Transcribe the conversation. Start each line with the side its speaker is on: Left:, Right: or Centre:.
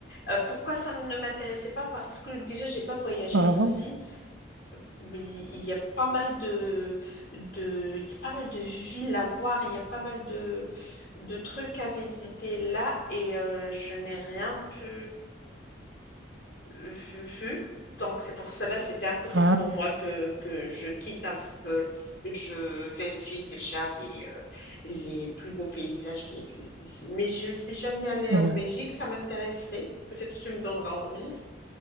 Left: Euh, pourquoi ça ne m'intéressait pas? Parce que déjà j'ai pas voyagé
Right: avant?
Left: ici. mais il y a pas mal de, de, il y a pas mal de villes à voir, il y a pas mal de, de trucs à visiter là et euh, je n'ai rien pu vu. vu. Donc c'est pour cela, c'était impossible
Right: Ah,
Left: pour moi que, que je quitte avant que je vérifie déjà les, euh, les plus beaux paysages qui existent ici. Mais je ne suis jamais allée
Right: ouais.
Left: en Belgique, ça m'intéresserait. Peut-être que tu me donneras envie.